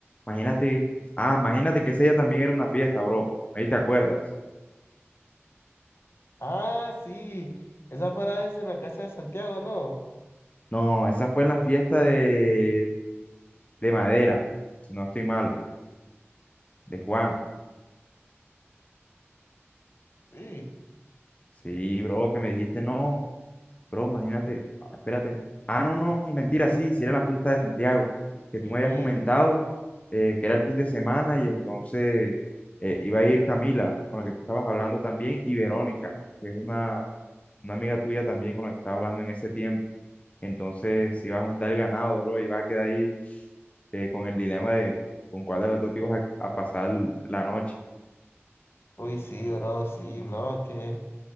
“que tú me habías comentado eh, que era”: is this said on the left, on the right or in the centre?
Left